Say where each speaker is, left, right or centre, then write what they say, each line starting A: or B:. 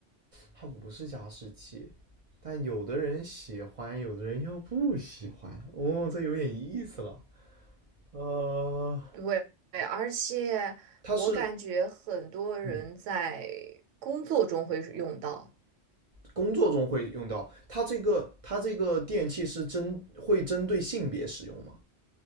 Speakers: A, on the right; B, on the right.
A: 它不是加湿器，但有的人喜欢，有的人又不喜欢。哦，这有点意思了。呃，
B: 对，而且我感觉很多人在
A: 它是嗯，
B: 工作中会是用到，
A: 工作中会用到。它这个它这个电器是针会针对性别使用吗？